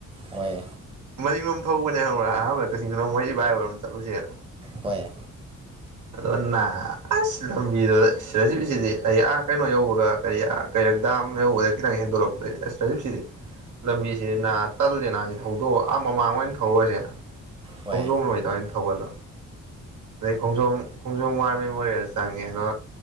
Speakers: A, on the right; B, on the right.
A: ꯍꯣꯏ
B: ꯃꯅꯤꯡꯉꯣꯝ ꯊꯧꯕꯅꯦ ꯍꯧꯔꯛ ꯑꯍꯥꯟꯕꯗ ꯀꯛꯤꯡꯗꯣꯡ ꯃꯣꯏ ꯏꯕꯥꯏꯕꯔ ꯑꯃ ꯆꯠꯂꯨꯁꯦꯅ
A: ꯍꯣꯏ
B: ꯑꯗꯣ ꯅ ꯑꯁ ꯂꯝꯕꯤꯗꯨ ꯁꯤꯔꯖꯤꯁꯤꯗꯤ ꯑ ꯑꯥ ꯀꯩꯅꯣ ꯌꯧꯕꯒ ꯀꯔꯤ ꯑꯥ ꯀꯩꯔꯛꯇ ꯑꯍꯧꯕꯗ ꯈꯤꯇꯪ ꯍꯦꯟꯗꯣꯔꯂꯛꯄꯗꯗꯒꯤꯗꯤ ꯑꯁ ꯇꯔꯤꯞꯁꯤꯗꯤ ꯂꯝꯕꯤꯁꯦ ꯅꯥ ꯇꯜꯂꯦꯅꯁ ꯊꯧꯗꯣꯛꯑꯣ ꯑꯥ ꯃꯃꯥꯡ ꯑꯣꯏꯅ ꯊꯧꯔꯨꯔꯁꯦ
A: ꯍꯣꯏ
B: ꯈꯣꯡꯖꯣꯝ ꯅꯨꯇꯃꯥꯏꯅ ꯊꯒꯠꯂꯛ ꯈꯣꯡꯖꯣꯝ ꯈꯣꯡꯖꯣꯝ ꯋꯥꯔ ꯃꯦꯃꯣꯔꯤꯌꯦꯜ ꯆꯪꯉꯦ ꯑꯗꯣ